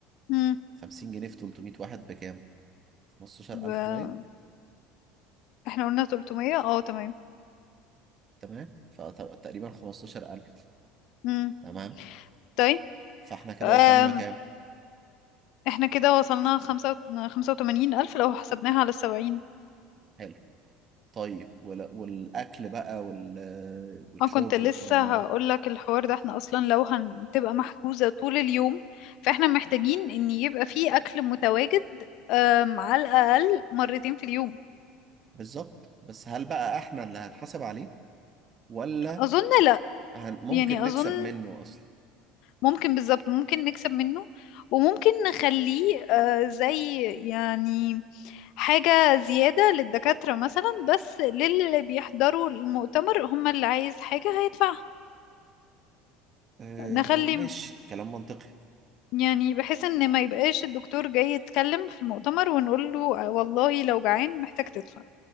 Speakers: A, on the left; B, on the right.
A: امم
B: 50 جنيه في 300 واحد بكام؟ 15000
A: ب...
B: باين
A: احنا قلنا 300 اه تمام
B: تمام فتبقى تقريبا 15000
A: امم
B: تمام
A: طيب
B: فاحنا كده
A: أم...
B: وصلنا كام
A: احنا كده وصلنا خمسة وت- خمسة وتمانين ألف لو حسبناها على السبعين
B: حلو طيب ولا- والاكل بقى وال... والشرب
A: اه كنت لسه
B: والكلام ده
A: هقول لك الحوار ده احنا اصلا لو هتبقى محجوزة طول اليوم فاحنا محتاجين ان يبقى فيه اكل متواجد آم، على الاقل مرتين في اليوم
B: بالظبط بس هل بقى احنا اللي هنحاسب عليه ولا
A: اظن لا
B: هن... ممكن
A: يعني
B: نكسب
A: اظن
B: منه اصلا
A: ممكن بالظبط ممكن نكسب منه وممكن نخليه آه، زي يعني حاجة زيادة للدكاترة مثلا بس للي بيحضروا المؤتمر هم اللي عايز حاجة هيدفعها
B: أه
A: نخلي
B: ماشي كلام منطقي
A: يعني بحيث ان ما يبقاش الدكتور جاي يتكلم في المؤتمر ونقول له "آه، والله لو جعان محتاج تدفع